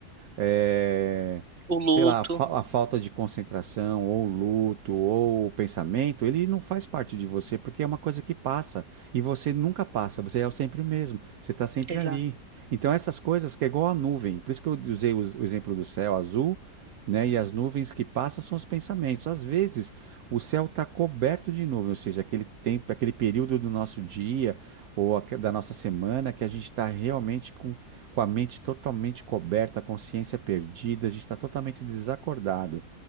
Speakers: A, on the right (about 70°); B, on the right (about 40°).
A: é,
B: o luto,
A: sei lá, a, fa- a falta de concentração, ou luto, ou pensamento, ele não faz parte de você, porque é uma coisa que passa. E você nunca passa, você é sempre o mesmo, você está sempre
B: exato,
A: ali. Então, essas coisas que é igual a nuvem, por isso que eu usei o, o exemplo do céu azul. Né? E as nuvens que passam são os pensamentos. Às vezes, o céu está coberto de nuvem, ou seja, aquele tempo, aquele período do nosso dia ou aque- da nossa semana que a gente está realmente com com a mente totalmente coberta, a consciência perdida, a gente está totalmente desacordado.